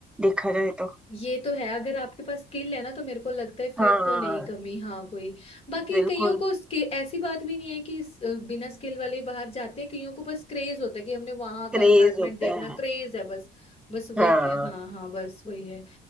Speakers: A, in the centre; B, on the left.
A: देखा जाए तो
B: ये तो है अगर आपके पास स्किल है ना तो मेरे को लगता है फिर
A: हाँ
B: तो नहीं कमी हाँ कोई बाकी
A: बिल्कुल
B: कईयों को स्किल ऐसी बात भी नहीं है कि स- अ, बिना स्किल वाले ही बाहर जाते हैं कईयों को बस क्रेज होता है कि हमने वहां
A: क्रेज
B: का एनवायरनमेंट
A: होता
B: देखना
A: है
B: क्रेज है बस बस वही
A: हाँ
B: है हाँ हाँ बस वही है